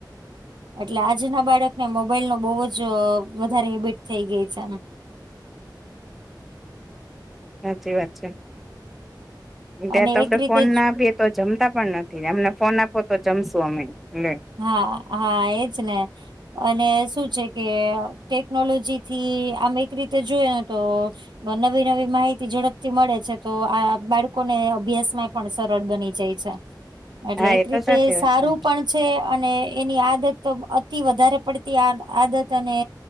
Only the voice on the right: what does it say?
એટલે આજના બાળકને મોબાઈલ નો બહુ જ વધારે હેબિટ થઈ ગઈ છે આમ.
અને
એક રીતે
જ
હા હા એજ ને. અને શું છે કે ટેકનોલોજી થી આમ એક રીતે જોય તો. નવી નવી માહિતી ઝડપથી મળે છે તો આ બાળકોને અભ્યાસ માં પણ સરળ બની જાય છે. એટલે
એક
રીતે
સારું
પણ. છે અને એની આદત તો અતિ વધારે પડતી આદત અને